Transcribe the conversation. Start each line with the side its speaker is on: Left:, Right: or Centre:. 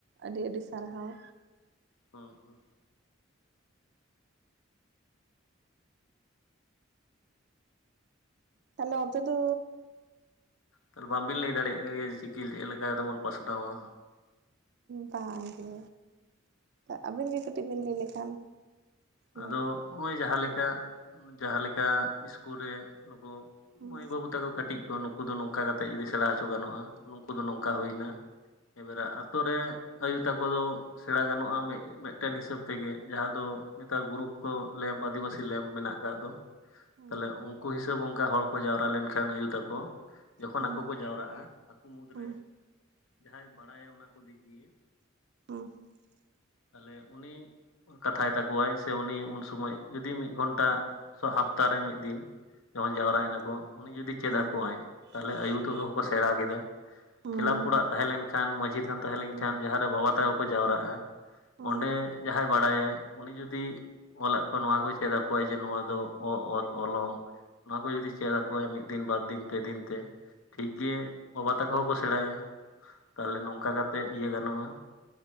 Right: ᱟᱹᱰᱤ ᱟᱹᱰᱤ ᱥᱟᱨᱦᱟᱣ᱾
Left: ᱦᱩᱸ ᱦᱩᱸ
Right: ᱛᱟᱦᱚᱞᱮ ᱟᱯᱮ ᱫᱚ
Left: ᱛᱟᱦᱚᱞᱮ ᱵᱟᱝᱵᱤᱱ ᱞᱟᱹᱭ ᱫᱟᱲᱮᱭᱟᱜ ᱠᱟᱱᱟ ᱜᱮᱭᱟ, ᱡᱮ ᱪᱤᱠᱤᱞ ᱪᱮᱫ ᱞᱮᱠᱟ ᱠᱟᱛᱮ ᱵᱚᱱ ᱯᱟᱥᱱᱟᱣᱟ?
Right: ᱵᱟᱝᱜᱮ ᱟᱹᱵᱤᱱ ᱜᱮ ᱠᱟᱹᱴᱤᱡ ᱵᱤᱱ ᱞᱟᱹᱭ ᱞᱮᱠᱷᱟᱱ
Left: ᱟᱫᱚ
Right: ᱵᱷᱟᱜᱮ ᱠᱚᱜᱼᱟ
Left: ᱱᱚᱜᱼᱚᱭ ᱡᱟᱦᱟᱸᱞᱮᱠᱟ ᱡᱟᱦᱟᱸᱞᱮᱠᱟ ᱤᱥᱠᱩᱞ ᱨᱮ ᱱᱩᱠᱩ
Right: ᱦᱩᱸ
Left: ᱢᱟᱹᱭ ᱵᱟᱹᱵᱩ ᱛᱟᱠᱚ ᱠᱟᱹᱴᱤᱡ ᱠᱚ ᱱᱩᱠᱩ ᱫᱚ ᱱᱚᱝᱠᱟ ᱠᱟᱛᱮᱜ ᱡᱩᱫᱤ ᱥᱮᱬᱟ ᱦᱚᱪᱚ ᱜᱟᱱᱚᱜᱼᱟ᱾ ᱩᱱᱠᱩ ᱫᱚ ᱱᱚᱝᱠᱟ
Right: ᱦᱩᱸ
Left: ᱦᱩᱭᱱᱟ, ᱮᱵᱟᱨᱮ ᱟᱛᱳ ᱨᱮ ᱟᱭᱳ ᱛᱟᱠᱚ ᱫᱚ ᱥᱮᱬᱟ ᱜᱟᱱᱚᱜᱼᱟ, ᱢᱮᱴᱮᱱ ᱦᱤᱥᱟᱹᱵ ᱛᱮᱜᱮ ᱡᱟᱦᱟᱸ ᱫᱚ ᱱᱮᱛᱟᱨ ᱜᱩᱨᱩᱯ ᱠᱚ ᱞᱮᱢᱯ ᱟᱹᱫᱤᱵᱟᱹᱥᱤ ᱞᱮᱢᱯ ᱢᱮᱱᱟᱜ ᱠᱟᱜ ᱫᱚ,
Right: ᱦᱩᱸ
Left: ᱛᱟᱦᱚᱞᱮ ᱩᱱᱠᱩ ᱩᱱᱠᱩ ᱦᱤᱥᱟᱹᱵᱽ ᱚᱱᱠᱟ ᱦᱚᱲ ᱠᱚ ᱡᱟᱣᱨᱟ ᱞᱮᱱᱠᱷᱟᱱ ᱟᱭᱩ ᱛᱟᱠᱚ, ᱡᱚᱠᱷᱚᱱ
Right: ᱦᱩᱸ
Left: ᱟᱠᱚ ᱠᱚ ᱡᱟᱣᱨᱟᱜᱼᱟ, ᱟᱠᱚ ᱢᱩᱫᱽᱨᱮ
Right: ᱦᱩᱸ
Left: ᱡᱟᱦᱟᱸᱭ ᱵᱟᱲᱟᱭᱟ ᱚᱱᱟ ᱠᱚ ᱫᱤᱠ ᱫᱤᱭᱮ
Right: <unintelligible>
Left: ᱛᱟᱦᱚᱞᱮ ᱩᱱᱤ ᱠᱟᱛᱷᱟᱭ ᱛᱟᱠᱚᱣᱟᱭ ᱥᱮ ᱩᱱᱤ ᱩᱱ ᱥᱚᱢᱚᱭ ᱡᱩᱫᱤ ᱢᱤᱫ ᱜᱷᱚᱱᱴᱟ ᱥᱚ ᱦᱟᱯᱛᱟ ᱨᱮ ᱢᱤᱫ ᱫᱤᱱ, ᱡᱚᱠᱷᱚᱱ ᱡᱟᱣᱨᱟᱭᱱᱟᱠᱚ
Right: ᱦᱩᱸ ᱦᱩᱸ
Left: ᱩᱱᱤ ᱡᱩᱫᱤ ᱪᱮᱫ
Right: ᱦᱩᱸ
Left: ᱟᱠᱚᱣᱟᱭ ᱛᱟᱦᱚᱞᱮ ᱟᱭᱩ
Right: ᱦᱩᱸ
Left: ᱛᱟᱠᱚ ᱦᱚᱸᱠᱚ ᱥᱮᱬᱟ ᱠᱮᱫᱟ᱾
Right: ᱦᱩᱸ
Left: ᱠᱞᱟᱵᱽ ᱚᱲᱟᱜ ᱛᱟᱦᱮᱸ ᱞᱮᱱᱠᱷᱟᱱ ᱢᱟᱺᱡᱷᱤ ᱛᱷᱟᱱ ᱛᱟᱦᱮᱸ ᱞᱮᱱᱠᱷᱟᱱ
Right: ᱚ
Left: ᱡᱟᱦᱟᱸᱨᱮ ᱵᱟᱵᱟ ᱛᱟᱠᱚ ᱠᱚ ᱡᱟᱣᱨᱟᱜᱼᱟ᱾
Right: ᱟᱪᱪᱷᱟ
Left: ᱚᱸᱰᱮ ᱡᱟᱦᱟᱸᱭ ᱵᱟᱲᱟᱭᱟᱭ ᱩᱱᱤ ᱡᱩᱫᱤ ᱚᱞᱟᱜ ᱠᱚ ᱱᱚᱣᱟ ᱠᱚ ᱪᱮᱫ ᱟᱠᱚᱣᱟᱭ ᱡᱮ ᱱᱚᱣᱟ ᱫᱚ ᱚ ᱚᱛ ᱚᱞ ᱚᱝ ᱱᱚᱣᱟ ᱠᱚ ᱡᱩᱫᱤ ᱪᱮᱫ ᱟᱠᱚᱣᱟᱭ ᱢᱤᱫ ᱫᱤᱱ ᱵᱟᱨ ᱫᱤᱱ ᱯᱮ ᱫᱤᱱ ᱛᱮ, ᱴᱷᱤᱠ ᱜᱮ ᱵᱟᱵᱟ ᱛᱟᱠᱚ ᱦᱚᱸᱠᱚ ᱥᱮᱬᱟᱭᱟ, ᱛᱟᱦᱚᱞᱮ ᱱᱚᱝᱠᱟ ᱠᱟᱛᱮᱜ ᱤᱭᱟᱹ ᱜᱟᱱᱚᱜᱼᱟ᱾